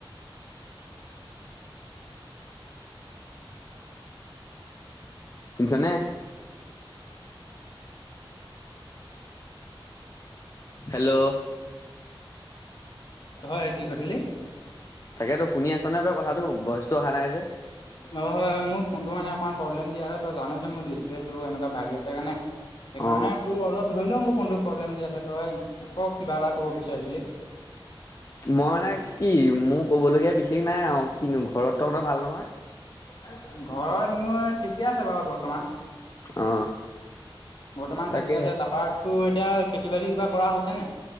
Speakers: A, on the left; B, on the left.
A: শুনিছানে? হেল্ল'!
B: হয়! কি কৈছিলি?
A: তাকেতো শুনি আছনে তই কথাটো? ভয়চটো অহা নাই যে।
B: হয় হয় হয় মোৰ ফোনটো মানে অকমান প্ৰব্লেম দিয়া হয় তই জানই চোন মোৰ ডিছপ্লেটো এনেকুৱা ভাগিছে কাৰণে সেইকাৰণে
A: অ
B: তোৰ অলপ ধৰি লও মোৰ ফোনটো প্ৰব্লেম দি আছে, তই ক' কিবা এটা কব বিচাৰিছিলি।
A: মই মানে কি মোৰ কবলগীয়া বিশেষ নাই আও। কিনো ঘৰত তহঁত ভাল নহয়?
B: ঘৰত মোৰ ঠিকে আছে বাৰু বৰ্তমান।
A: অ
B: বৰ্তমান
A: তাকেহে
B: ঠিকে আছে। তাৰপৰা তোৰ এতিয়া খেতি-বাতি কিবা কৰা হৈছে নে?